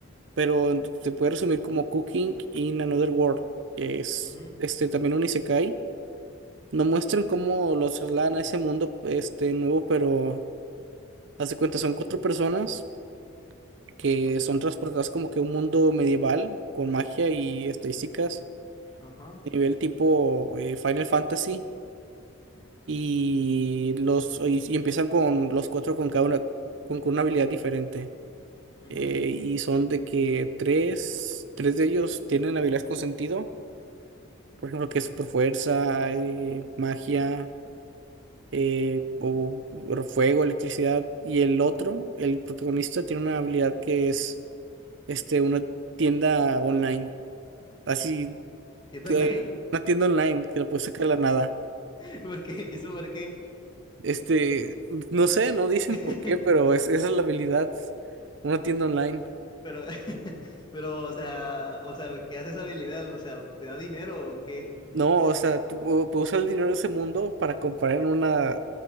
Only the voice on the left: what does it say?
ujú,
ajá,
ujú.
¿Yendo
online?
<laughs> ¿Por qué? ¿Y eso por qué?
<laughs>
Pero, <laughs> pero, o sea, o sea, ¿qué hace esa habilidad? O sea, ¿te da dinero o qué?